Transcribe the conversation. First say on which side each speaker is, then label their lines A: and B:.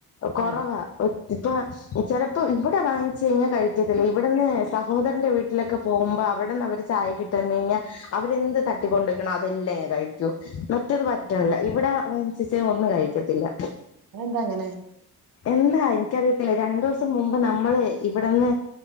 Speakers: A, on the left; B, on the right.
A: കൊറവ
B: ഉം
A: ഇപ്പൊ ചെ ഇപ്പൊ ഇവിടെ വാങ്ങിച്ചു കഴിഞ്ഞ കഴിക്കത്തില്ല ഇവിടുന്ന് സഹോദരന്റെ വീ വീട്ടിലൊക്കെ പോകുമ്പോ അവിടന്നവര് ചായൊക്കെ ഇട്ട്തന്നയ്ഞ്ഞ അവരെന്ത് തട്ടിക്കൊണ്ട് വർണോ അതെല്ലാം ഞാൻ കഴിച്ചു മറ്റത് പറ്റണല്ല ഇവിട <unintelligible> ഒന്നും കഴിക്കാതില്ല.
B: അത് എന്താ അങ്ങനെ?
A: എന്താ എനിക്കറിയത്തില്ലേ രണ്ടു ദിവസം മുമ്പ് നമ്മള് ഇവിടുന്ന്